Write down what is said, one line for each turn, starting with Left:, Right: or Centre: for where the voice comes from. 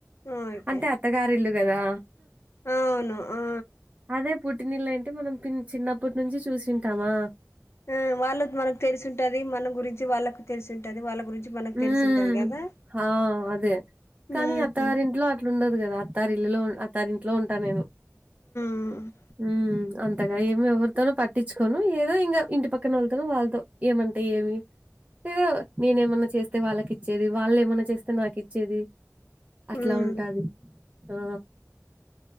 Left: ఆ ఓకే
Right: అంటే అత్తగారు ఇల్లు కదా
Left: అవును ఆ
Right: అదే పుట్టినిల్లు అంటే మనం చిన్నప్పటి నుంచి చూసింటామా
Left: ఆ వాళ్ళ మనకు తెలిసి ఉంటాది మన గురించి వాళ్ళకు తెలిసి ఉంటాది వాళ్ళ గురించి మనకు
Right: ఉమ్
Left: తెలిసుంటది కదా
Right: ఆ అదే కానీ
Left: ఉమ్
Right: అత్తగారింట్లో అ ఇట్లు ఉండదు కదా అత్త ఇల్లులో అత్తారెంట్లో ఉంటా నేను
Left: ఉమ్
Right: ఉ అంతగా ఏం ఎవరితోనో పట్టించుకోను ఏదో ఇంకా ఇంటి పక్కన వాళ్లతోనో వాళ్ళతో ఏమంటే ఏమి లేదో నేనే ఏమన్నా చేస్తే వాళ్ళకి ఇచ్చేది వాళ్ళు ఏమైన్నా చేస్తే నాకి ఇచ్చేది అట్లా
Left: ఉమ్
Right: ఉంటాది ఆ